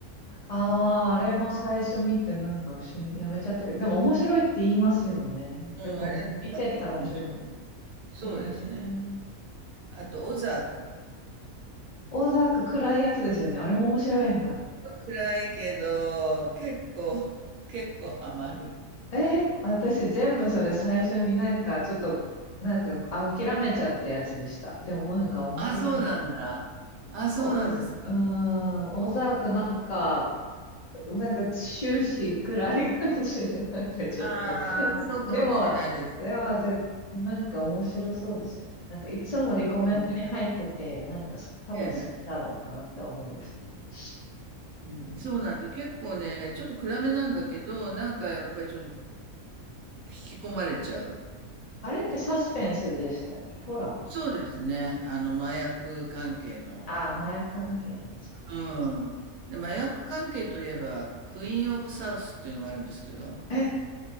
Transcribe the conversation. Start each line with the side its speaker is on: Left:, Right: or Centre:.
Left: ああ、あれも最初見てなんかしやめちゃったけど、でも面白いって言いますよね。
Right: うん、
Left: やっぱ見てったら面白いんだ。
Right: あれは結構面白い。そうですね。
Left: へえ。
Right: あと、オザーク。
Left: オザーク暗いやつですよね。あれも面白いんだ。
Right: 暗いけど、結構、<laughs> 結構ハマる。
Left: えー、私全部それ最初になんかちょっと、なんかあ諦めちゃったやつでした。でもなんか面白いんだ。
Right: あ、そうなんだ。あ、そうなんですか。
Left: オズ、うーん、オザークなんか、なんか終始暗い感じで、なんかちょっと、
Right: ああー、
Left: <laughs>
Right: そうかもしれないです。
Left: でも、でもで、なんか面白そうですよね。なんかいつもレコメントに入ってて、
Right: そうね、
Left: なんか多分好きだろうなって思うんですけど。
Right: ええ、
Left: うんうん、
Right: そうなんです。結構ね、ちょっと暗めなんだけど、なんかやっぱりちょっと引き込まれちゃう。
Left: あれってサスペンスでしたっけほら。
Right: そうですね。あの、麻薬関係の。
Left: ああ、麻薬関係のやつか。
Right: うん。で、麻薬関係といえば、クイーン・オブ・サウスっていうのがあるんですけど、
Left: え、